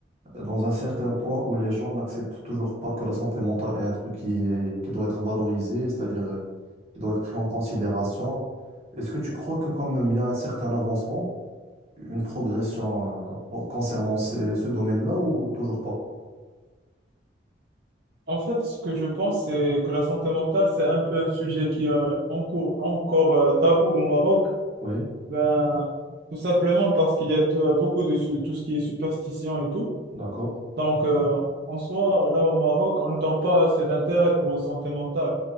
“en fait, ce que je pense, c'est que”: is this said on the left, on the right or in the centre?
Right